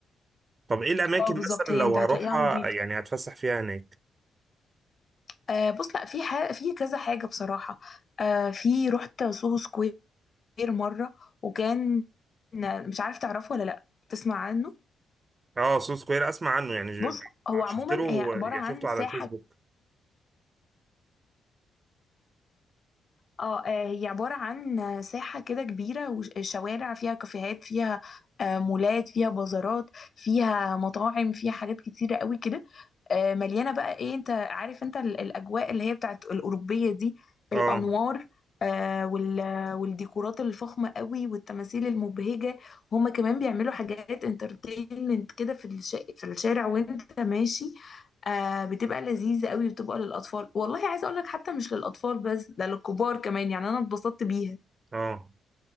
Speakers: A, on the right (about 35°); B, on the left (about 50°).
A: طب ايه الاماكن
B: اه بالظبط
A: مثلا
B: هي
A: لو
B: انت هتلاقيها
A: هروحها
B: نظيفه
A: يعني هتفسح فيها هناك
B: آه بص لا في ح... في كذا حاجه بصراحه آه في رحت سوهو سكوير غير مرة وكان مش عارف تعرفه ولا لأ تسمع عنه
A: اه سو سكوير اسمع عنه يعني ج-
B: بص هو عموما
A: شفت له
B: هي عبارة
A: يعني
B: عن
A: شفته
B: ساحة
A: على الفيسبوك
B: اه آه، هي عبارة عن آه، ساحة كده كبيرة وشوارع فيها كافيهات فيها آه، مولات فيها بازارات فيها مطاعم فيها حاجات كتيرة قوي كده آه، مليانة بقى ايه انت عارف انت ال- الأجواء اللي هي بتاعت الأوروبية دي
A: اه
B: الأنوار آه، وال- والديكورات الفخمة قوي والتماثيل المبهجة هما كمان بيعملوا حاجات انترتينمنت كده في الش- في الشارع وانت ماشي آه بتبقى لذيذة قوي وبتبقى للأطفال والله عايزة أقول لك حتى مش للأطفال بس ده للكبار كمان يعني أنا اتبسطت بيها
A: اه